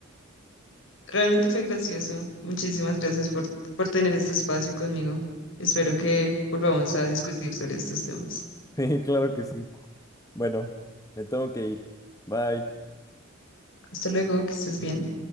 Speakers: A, on the left; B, on the left.
A: Realmente fue gracioso. Muchísimas gracias por, por tener este espacio conmigo. Espero que volvamos a discutir sobre estos temas.
B: <laughs> Sí, claro que sí. Bueno, me tengo que ir. Bye.
A: Hasta luego, que estés bien.